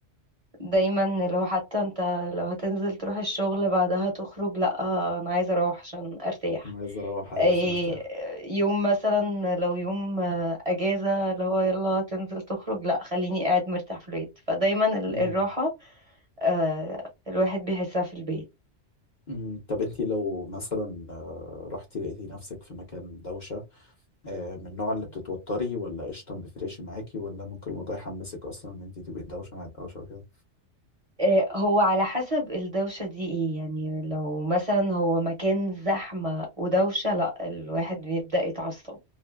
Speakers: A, on the right (about 35°); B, on the left (about 45°).
A: دايما اللي هو حتى انت لو هتنزل تروح الشغل بعدها تخرج لأ أنا عايزة أروح عشان أرتاح
B: عايز اروح أيوة
A: إيه،
B: عشان ارتاح
A: يوم مثلا لو يوم آه، أجازة اللي هو يلا هتنزل تخرج لأ خليني قاعد مرتاح في البيت فدايما ال-
B: مم.
A: الراحة آه، الواحد بيحسها في البيت
B: مم. طب انت لو مثلا آه، رحتي لقيتي نفسك في مكان دوشة آه، من النوع اللي بتتوتري ولا قشطة ما بتفرقش معاكي ولا ممكن الموضوع يحمسك اصلا ان انت تبقي دوشة مع الدوشة وكده
A: آه، هو على حسب الدوشة دي ايه يعني لو مثلا هو مكان زحمة ودوشة لا الواحد بيبدأ يتعصب